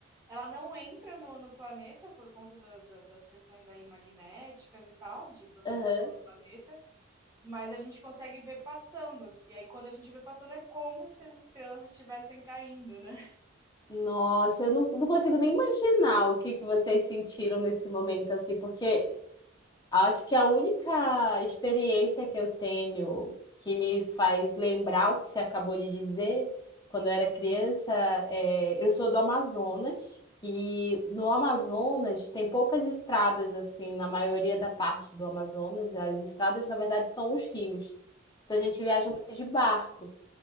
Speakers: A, on the right (about 15°); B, on the left (about 20°).
A: ela não entra no, no planeta por conta da- da- das questões aí magnéticas e tal, de proteção
B: Aham.
A: do planeta, mas a gente consegue ver passando. E aí, quando a gente vê passando, é como se as estrelas estivessem caindo, né?
B: Nossa, eu não, não consigo nem imaginar o que que vocês sentiram nesse momento, assim, porque acho que a única experiência que eu tenho que me faz lembrar o que você acabou de dizer, quando eu era criança, é, eu sou do Amazonas, e no Amazonas tem poucas estradas, assim, na maioria da parte do Amazonas, as estradas, na verdade, são os rios. Então a gente viaja muito de barco.